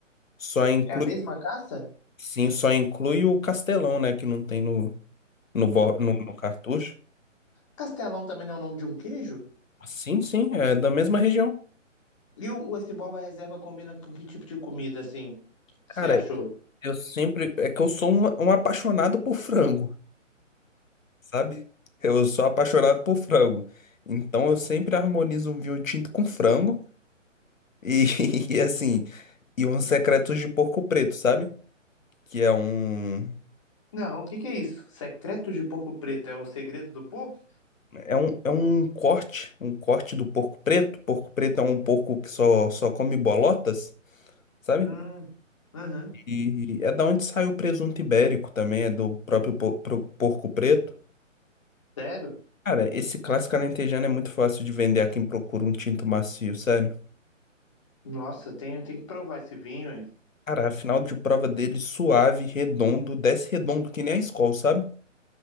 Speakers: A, on the left (about 85°); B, on the left (about 25°).
A: só inclui,
B: É a mesma caça?
A: sim, só inclui o Castelão, né, que não tem no, no, bo- no, no Cartucho.
B: Castelão também não é o nome de um queijo?
A: Sim, sim, é da mesma região.
B: E o, o- esse Borba Reserva combina com que tipo de comida, assim, você
A: Cara,
B: achou?
A: eu sempre, é que eu sou um, um apaixonado por frango, sabe? Eu sou apaixonado por frango. Então eu sempre harmonizo um vinho tinto com frango e, <laughs> e assim, e uns secretos de porco preto, sabe? Que é um.
B: Não, o que que é isso? Secretos de Porco Preto é o segredo do porco?
A: É um, é um corte, um corte do porco preto. Porco preto é um porco que só, só come bolotas, sabe?
B: Hum, aham.
A: E, e é da onde sai o presunto ibérico também, é do próprio por- pro- porco preto.
B: Sério?
A: Cara, esse clássico alentejano é muito fácil de vender a quem procura um tinto macio, sério.
B: Nossa, tenho, tenho que provar esse vinho, hein?
A: Cara, a final de prova dele suave, redondo, desce redondo que nem a Skol, sabe?